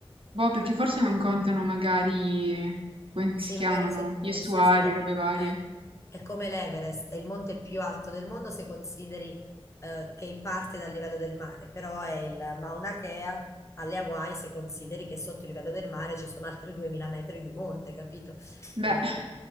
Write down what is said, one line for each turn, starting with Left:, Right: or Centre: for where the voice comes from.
Right: Boh, perché forse non
Left: Allora,
Right: contano magari, come
Left: sì,
Right: si chiamano,
Left: magari sotto
Right: gli
Left: diversi
Right: estuari,
Left: aspetti,
Right: robe varie.
Left: come- è come l'Everest, è il monte più alto del mondo se consideri eh, che parte dal livello del mare, però è il Mauna Kea alle Hawaii se consideri che sotto il livello del mare ci sono altri 2000 metri di monte, capito?
Right: Beh,
Left: Eh,